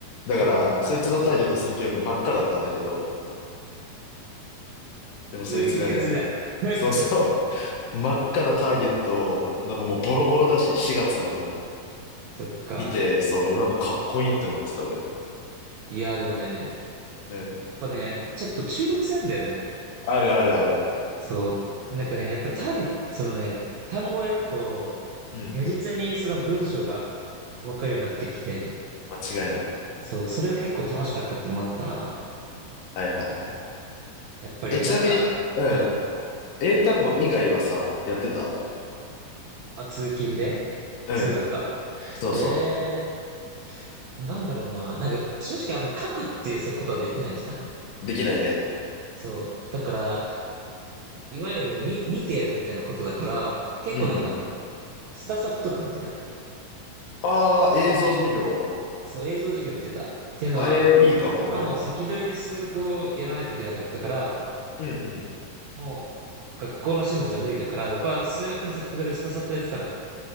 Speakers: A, on the left; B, on the right.
A: だから、
B: そうなんだ。
A: そいつのターゲット選挙枠真っ赤だったんだけど、でもそいつがね、
B: 普通に不潔じゃん。<laughs>
A: そうそう、真っ赤なターゲットを、なんかもうボロボロだし、
B: おもろ
A: 4月なのに。
B: そっか。
A: 見て、そう、なんかかっこいいって思ってた、俺。
B: いや、でもね、
A: うん。
B: やっぱね、ちょっと中毒性あんだよね。
A: あるあるある。
B: そう。で、なんかね、やっぱターそのね、単語をやると、
A: うん。
B: 如実にその文章がわかるようになってきて、
A: 間違いない。
B: そう、それが結構楽しかったってのもあったな。
A: はいはいはい。
B: やっぱりなんか、
A: え、ちなみに、うん。
B: うん、
A: 英単語以外はさ、やってた
B: うん。あ、通勤で通学か。
A: うん。そうそ
B: ええなんだろうな。なんか、正直あんまり書くっていうことはできないじゃん。
A: う。できないね。
B: そう。だから、いわゆる見、見てやるみたいなことだから、結構なんか、
A: うんうん。
B: スタサプとか見てた。
A: ああ、映像授業。
B: そう、映像授業見てた。っていうのは、
A: あれ、いいかも。
B: 僕はもう先取りで数学をやらないといけなかったから、
A: うん。うんうん。
B: もう学校の進度じゃ無理だから、僕は数学の先取りをスタサプでやってたのよ。